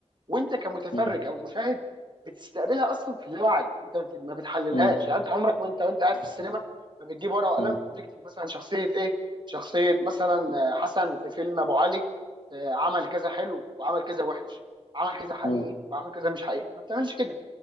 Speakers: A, on the right (about 40°); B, on the left (about 85°).
A: وانت كمتفرج
B: مم.
A: او مشاهد بتستقبلها اصلا في اللاوعي انت ما بت- ما بتحللهاش
B: مم.
A: يعني انت عمرك ما انت وانت قاعد
B: مم.
A: في السينما ما بتجيب ورقه وقلم
B: مم.
A: وتكتب مثلا شخصيه ايه شخصيه مثلا آه، حسن في فيلم ابو علي آه، عمل كذا حلو وعمل كذا وحش عمل كذا حقيقي
B: مم.
A: وعمل كذا مش حقيقي ما بتعملش كده